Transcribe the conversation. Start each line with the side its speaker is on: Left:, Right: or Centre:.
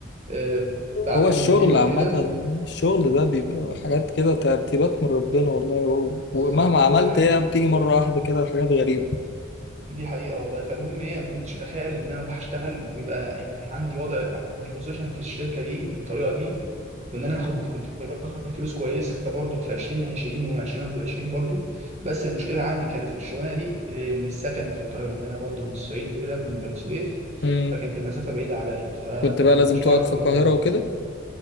Right: آه، بعتوا
Left: هو الشغل
Right: لي ايميل وكده
Left: عامة الشغل ده بيبقى حاجات كده ترتيبات من ربنا والله و-
Right: بالظبط
Left: ومهما عملت
Right: دي حقيقه
Left: هي بتيجي مرة واحدة كده حاجات غريبة
Right: دي حقيقة والله فالمهم ايه ما كنتش اتخيل ان انا اروح اشتغل ويبقى يعني عندي وضع عندي بوزيشن في الشركة دي بالطريقة دي وان انا اخد كنت باخد فلوس كويسة برضو في 2020 و2021 برضو بس المشكلة عندي كانت في الشغلانة دي إيه، ان السكن في القاهرة ان انا برضو من الصعيد وكده من بني سويف
Left: امم
Right: فكانت المسافة بعيدة عليا فما
Left: كنت بقى
Right: كنتش
Left: لازم
Right: بعرف
Left: تقعد في
Right: ان
Left: القاهرة
Right: انا اروح
Left: وكده